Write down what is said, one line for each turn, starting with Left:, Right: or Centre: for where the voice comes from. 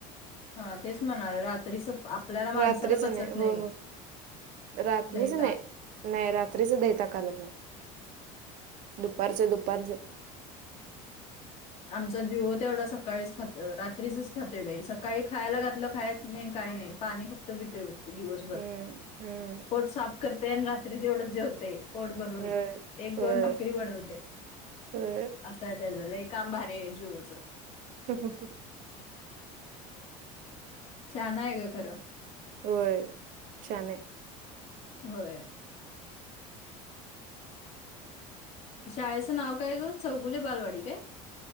Left: हा तेच म्हणाले. रात्रीच आपल्याला माणसाला
Right: रात्रीच
Left: पचत
Right: हो
Left: नाही.
Right: हो रात्रीच
Left: दही
Right: नाही.
Left: ताक
Right: नाही रात्रीच दही ताक घालत नाही. दुपारच दुपारच.
Left: आमचा जीव तेवढा सकाळीच खातो. रात्रीचच खातोय बाई. सकाळी खायला घातलं खायच नाही काय नाही. पाणी फक्त पितोय फक्त दिवसभर.
Right: हम्म हम्म.
Left: पोट साफ करतेय आणि रात्री तेवढंच जेवतय. पोट भरून.
Right: होय
Left: एक
Right: होय
Left: दोन भाकरी बडवते.
Right: होय
Left: असा हाय त्याच. लई काम भारीये जीवोच.
Right: हम हम ह <unintelligible>
Left: शहाणाय ग खरं.
Right: होय शहानाय.
Left: होय. शाळेचं नाव काय ग? चौगुले बालवाडी काय?